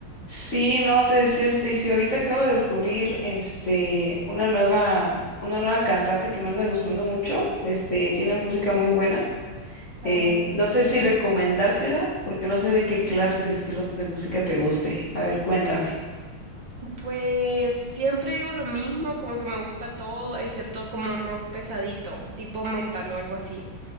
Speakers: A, on the left (about 35°); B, on the right (about 60°).
A: Sí, no, te decía este, y si ahorita acabo de descubrir este una nueva, una nueva cantante que me anda gustando mucho, este, tiene música muy buena.
B: Ah,
A: eh, no sé si recomendártela, porque no sé de qué clase de estilo de música te guste. A ver, cuéntame.
B: Pues siempre digo lo mismo, como que me gusta todo, excepto como rock pesadito, tipo metal o algo así.